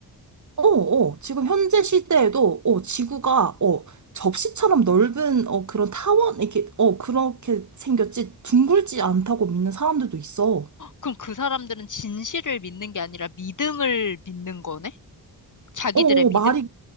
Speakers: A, on the right (about 50°); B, on the left (about 50°).
A: 어, 어, 지금 현재 시대에도, 어, 지구가, 어, 접시처럼 넓은, 어, 그런 타원, 이렇게, 어, 그렇게 생겼지, 둥글지 않다고 믿는 사람들도 있어.
B: 그럼 그 사람들은 진실을 믿는 게 아니라 믿음을 믿는 거네? 자기들의
A: 어, 어,
B: 믿음?
A: 말이,